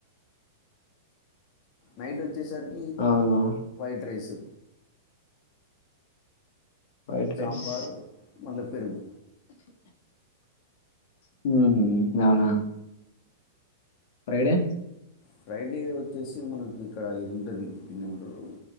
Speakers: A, on the left (about 40°); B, on the left (about 60°).
A: నైట్ వచ్చేసరికి
B: అవును
A: white rice
B: white
A: sambar
B: rice
A: మళ్ల పెరుగు
B: హు హు అవునా ఫ్రైడే
A: ఫ్రైడే వచ్చేసి మనకు ఇక్కడ ఇది ఉండది దిన్నేమంటరు